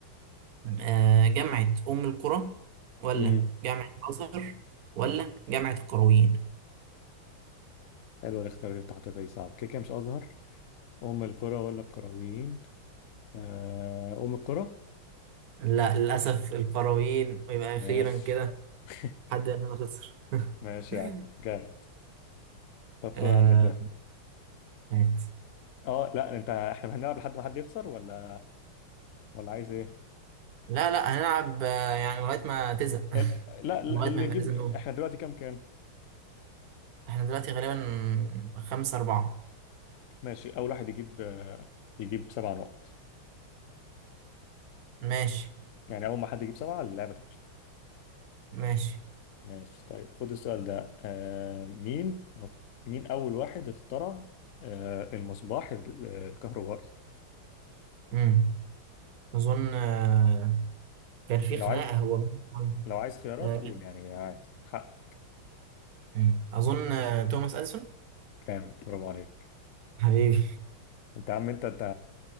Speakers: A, on the right (about 70°); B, on the left (about 85°).
A: آه، جامعة ام القرى ولا
B: امم
A: جامعة الازهر ولا جامعة القرويين
B: حلوة الاختيارات اللي انت حطيتها دي صعبة كده كده مش ازهر ام القرى ولا القرويين آه ام القرى
A: لا للاسف القرويين ويبقى
B: ماشي
A: اخيرا كده
B: <laughs>
A: حد مننا خسر
B: ماشي
A: <laughs>
B: يا عم جامد طب خد
A: آه،
B: عندك ده
A: مات.
B: اه لا انت احنا هنلعب لحد ما حد يخسر ولا ولا عايز ايه
A: لا لا هنلعب آه، يعني لغاية ما تزهق <laughs>
B: ال- لا لا،
A: لغاية
B: اللي
A: ما يبقى
B: يجيب
A: لازم
B: احنا
A: نقول
B: دلوقتي كام كام
A: احنا دلوقتي غالبا خمسة أربعة
B: ماشي اول واحد يجيب آه، يجيب سبع نقط
A: ماشي
B: يعني اول ما حد يجيب سبعة اللعبة
A: ماشي
B: ماشي طيب خد السؤال ده آه مين مين أول واحد اخترع آه المصباح ال- الكهربائي
A: مم. أظن آه، كان في
B: لو
A: خناقة
B: عايز
A: هو مين كان-
B: لو عايز خيارات
A: آه،
B: قول يعني عادي حق
A: مم. أظن آه، توماس أديسون
B: كامل برافو عليك
A: حبيبي
B: انت يا عم انت انت